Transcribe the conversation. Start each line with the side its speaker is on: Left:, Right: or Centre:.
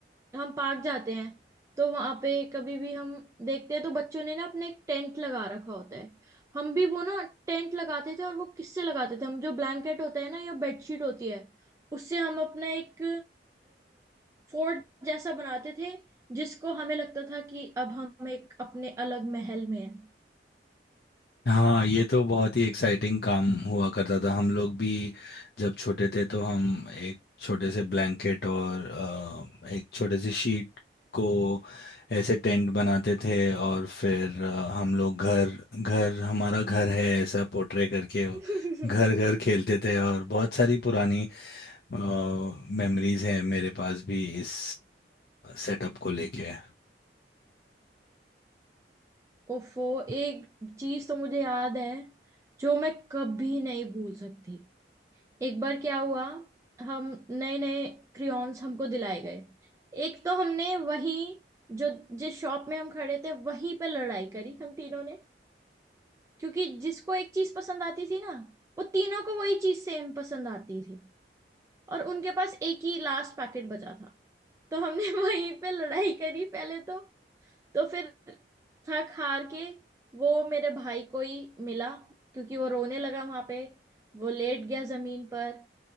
Right: हम पार्क जाते हैं तो वहां पे कभी भी हम देखते हैं तो बच्चों ने ना अपने एक टेंट लगा रखा होता है हम भी वो ना टेंट लगाते थे और वो किससे लगाते थे हम जो ब्लैंकेट होता है ना या बेडशीट होती है उससे हम अपना एक फोर्ट जैसा बनाते थे जिसको हमें लगता था कि अब हम एक अपने अलग महल में हैं
Left: हाँ ये तो बहुत ही एक्साइटिंग काम हुआ करता था हम लोग भी जब छोटे थे तो हम एक छोटे से ब्लैंकेट और अ, एक छोटे से शीट को ऐसे टेंट बनाते थे और फिर अ, हम लोग घर घर हमारा घर है ऐसा पोर्ट्रे करके
Right: <laughs>
Left: घर घर खेलते थे और बहुत सारी पुरानी मेमोरीज है मेरे पास भी इस सेटअप को लेके
Right: ओफो एक चीज तो मुझे याद है जो मैं कभी नहीं भूल सकती एक बार क्या हुआ हम नए नए क्रियॉन्स हमको दिलाए गए एक तो हमने वही जो जिस शॉप में हम खड़े थे वहीं पे लड़ाई करी हम तीनों ने क्योंकि जिसको एक चीज पसंद आती थी ना वो तीनों को वही चीज सेम पसंद आती थी और उनके पास एक ही लास्ट पैकेट बचा था तो हमने <laughs> वहीं पे लड़ाई करी पहले तो तो फिर थक हार के वो मेरे भाई को ही मिला क्योंकि वो रोने लगा वहां पे वो लेट गया जमीन पर